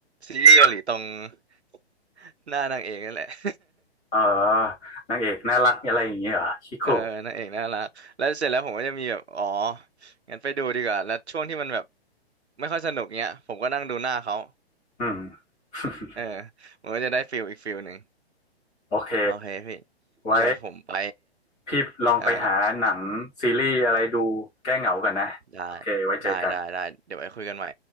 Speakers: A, on the right; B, in the centre.
A: ซีรีส์เกาหลีตรง <laughs> หน้านางเอกนั่นแหละ <laughs>
B: เออนางเอกน่ารักอะไรอย่างเงี้ยเหรอคิคุ
A: เออนางเอกน่ารักแล้วเสร็จแล้วผมก็จะมีแบบอ๋องั้นไปดูดีกว่าแล้วช่วงที่มันแบบไม่ค่อยสนุกเนี้ยผมก็นั่งดูหน้าเขา
B: อืม <laughs>
A: เออผมก็จะได้ฟิลอีกฟิลหนึ่ง
B: โอเค
A: โอเคพี่
B: ไว้
A: เดี๋ยวผมไป
B: พี่ลองไปหาหนังซีรีส์อะไรดูแก้เหงากันนะโอเคไว้เจอกัน
A: เออได้ได้ได้ได้เดี๋ยวไว้คุยกันใหม่